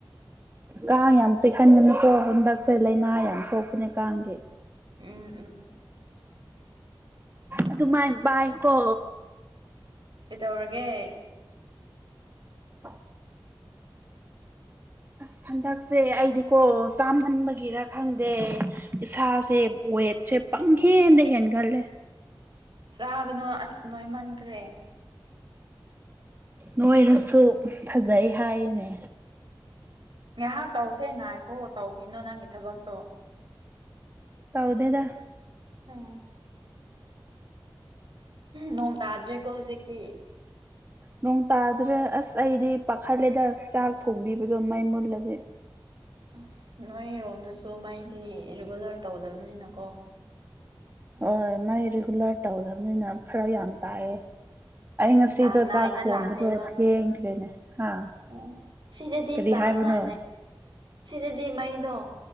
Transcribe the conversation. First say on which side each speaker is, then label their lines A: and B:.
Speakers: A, on the right; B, on the right.
A: ꯀꯥꯡ ꯌꯥꯝ ꯆꯤꯛꯍꯟꯒꯅꯨꯀꯣ ꯍꯟꯗꯛꯁꯦ ꯂꯥꯏꯅꯥ ꯌꯥꯝ ꯊꯣꯛꯄꯅꯦ ꯀꯥꯡꯒꯤ
B: ꯎꯝ ꯎꯝ
A: ꯑꯗꯨꯨꯃꯥꯏ ꯄꯥꯏ ꯀꯣ
B: ꯀꯩꯗꯧꯔꯒꯦ
A: ꯑ ꯑꯁ ꯍꯟꯗꯛꯁꯦ ꯑꯩꯗꯤꯀꯣ ꯆꯥꯃꯥꯟꯕꯒꯤꯔ ꯈꯪꯗꯦ ꯏꯁꯥꯁꯦ ꯋꯦꯠꯁꯦ ꯄꯪꯍꯦꯟꯗ ꯍꯦꯟꯒꯜꯂꯦ
B: ꯆꯥꯒꯅꯨ ꯑꯁ ꯅꯣꯏ ꯃꯟꯈ꯭ꯔꯦ
A: ꯅꯣꯏꯔꯁꯨ ꯐꯖꯩ ꯍꯥꯏꯅꯦ
B: ꯉꯥꯏꯍꯥꯛ ꯇꯧꯁꯦ ꯉꯥꯏꯈꯣ ꯇꯧꯈꯤꯅꯣ ꯅꯪꯒꯤ ꯊꯕꯛꯇꯣ
A: ꯇꯥꯎꯗꯦꯗ
B: ꯎꯝ ꯅꯣꯡ ꯇꯥꯗ꯭ꯔꯦꯀꯣ ꯍꯧꯖꯤꯛꯇꯤ
A: ꯅꯣꯡ ꯇꯥꯗ꯭ꯔꯦ ꯑꯁ ꯑꯩꯗꯤ ꯄꯥꯈꯠꯂꯦꯗ ꯆꯥꯛ ꯊꯣꯡꯕꯤꯕꯗꯣ ꯃꯩ ꯃꯨꯠꯂꯗꯤ
B: ꯑꯁ ꯅꯣꯏꯔꯣꯝꯗꯁꯨ ꯃꯩꯗꯤ ꯔꯤꯒꯨꯂꯔ ꯇꯧꯗꯕꯅꯤꯅꯀꯣ
A: ꯍꯣꯏ ꯃꯩ ꯔꯤꯒꯨꯂꯔ ꯇꯧꯗꯕꯅꯤꯅ ꯐꯔꯛ ꯌꯥꯝ ꯇꯥꯏꯌꯦ ꯑꯩ ꯉꯁꯤꯗꯣ
B: ꯆꯥꯡ ꯅꯥꯏꯅ
A: ꯆꯥꯛ ꯊꯣꯡꯕꯗꯣ
B: ꯂꯥꯛꯇꯦꯕ
A: ꯊꯦꯡꯈ꯭ꯔꯦꯅꯦ ꯍꯥ
B: ꯑꯣ ꯁꯤꯗꯗꯤ
A: ꯀꯔꯤ
B: ꯆꯥꯡ
A: ꯍꯥꯏꯕꯅꯣ
B: ꯅꯥꯥꯟꯅꯩ ꯁꯤꯗꯗꯤ ꯃꯩꯗꯣ